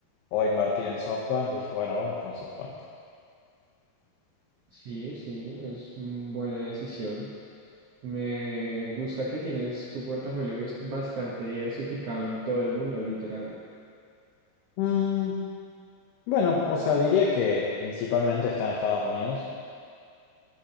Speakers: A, on the left; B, on the right.
A: o invertir en SoftBank, dije, bueno, vamos con SoftBank.
B: sí, sí, es mm, buena decisión. Me gusta que tienes tu portafolio es bastante diversificado en todo el mundo, literal.
A: Mm, bueno, o sea, diría que principalmente está en Estados Unidos,